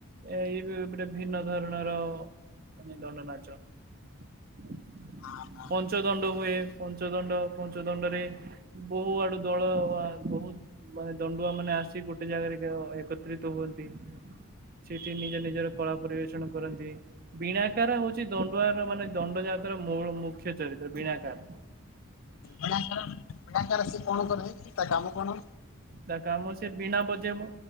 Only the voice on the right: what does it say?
ଏ ଇ ବି ଗୋଟେ ଭିନ୍ନ ଧରଣର ମାନେ ଦଣ୍ଡ ନାଚ <unintelligible>
ପଞ୍ଚ ଦଣ୍ଡ ହୁଏ। ପଞ୍ଚଦଣ୍ଡ ପଞ୍ଚଦଣ୍ଡରେ ବହୁ ଆଡୁ ଦଳ ବହୁତ। ମାନେ ଦଣ୍ଡୁଆ ମାନେ ଆସି ଗୋଟେ ଜାଗାରେ ଏକତ୍ରିତ ହୁଅନ୍ତି। ସେଇଠି ନିଜ ନିଜର କଳା ପରିବେଷଣ କରନ୍ତି। ବିଣାକାର ହଉଛି ଦଣ୍ଡୁଆର ମାନେ ଦଣ୍ଡ ଜାତର ମୁଖ୍ୟ ଚରିତ୍ର ବିଣାକାର।
ତା କାମ ସେ ବିଣା ବଜେଇବ